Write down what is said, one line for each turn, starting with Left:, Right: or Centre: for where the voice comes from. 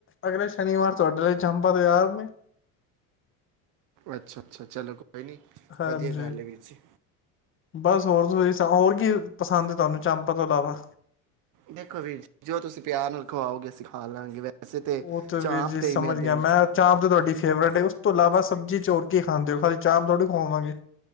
Left: ਅਗਲੇ ਸ਼ਨੀਵਾਰ ਤੁਹਾਡੇ ਲਈ ਚਾਂਪ ਤੇ ਯਾਰ ਨੇ
Right: ਅੱਛਾ ਅੱਛਾ ਚਲੋ ਕੋਈ ਨਹੀਂ
Left: ਹਾਂਜੀ
Right: ਵਧੀਆ ਗੱਲ ਹੈ ਵੀਰ ਜੀ
Left: ਬਸ ਹੋਰ ਤੁਸੀਂ ਹੋਰ ਕੀ ਪਸੰਦ ਤੁਹਾਨੂੰ ਚਾਂਪ ਤੋਂ ਇਲਾਵਾ
Right: ਦੇਖੋ ਵੀਰ ਜੀ ਜੋ ਤੁਸੀਂ ਪਿਆਰ ਨਾਲ ਖਵਾਓਗੇ ਅਸੀਂ ਖਾ ਲਾਂਗੇ ਵੈਸੇ ਤੇ
Left: ਉਹ
Right: ਚਾਂਪ
Left: ਵੀਰ ਜੀ
Right: ਤੇ
Left: ਸਮਝ
Right: ਮੇਰਾ
Left: ਗਿਆ
Right: ਦਿਲ ਸੀ
Left: ਮੈਂ ਚਾਂਪ ਤਾਂ ਤੁਹਾਡੀ ਫੇਵਰੇਟ ਹੈ ਉਸ ਤੋਂ ਇਲਾਵਾ ਸਬਜ਼ੀ ਚੋਰ ਕੇ ਖਾਂਦੇ ਹੋ ਖਾਲੀ ਚਾਂਪ ਥੋੜੀ ਖਵਾਵਾਂਗੇ